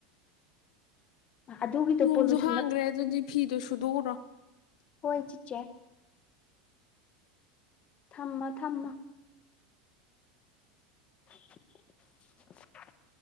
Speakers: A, on the left; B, on the left.
A: ꯑꯗꯨꯒꯤꯗꯣ
B: ꯅꯣꯡꯁꯨ
A: ꯄꯣꯂꯨꯁꯟꯅ
B: ꯍꯥꯡꯈ꯭ꯔꯦ ꯑꯗꯨꯗꯤ ꯐꯤꯗꯣ ꯁꯨꯗꯣꯛꯎꯔꯣ
A: ꯍꯣꯏ ꯆꯤꯆꯦ ꯊꯝꯃ ꯊꯝꯃ <inaudible>